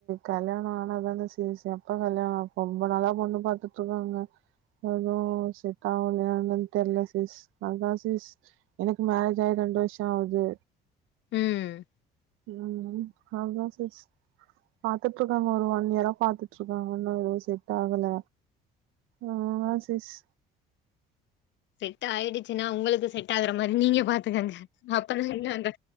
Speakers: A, on the right; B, on the left.
A: கல்யாணோ ஆனாதானே சேரி சேர் அப்ப கல்யாணோ ரொம்ப நாளா பொண்ணு பாத்து த்துக்காங்க அதுவு செட் அவளையா என்னனு தெரில சிஸ் அதா சிஸ் எனக்கு மேரேஜ் ஆயி ரெண்டு வர்ஷோ ஆவுது
B: ம்
A: ம் அதா சிஸ் பாத்துட்டு இருக்காங்க ஒரு ஒன் இயரா பாத்துட்டு இருக்காங்க இன்னு எது செட் ஆகல ஆமா சிஸ்
B: செட்டாயிடுச்சின்னா உங்களுக்கு செட்டாகுற மாரி நீங்க பாத்துக்கங்க அப்பதா என்ன அந்த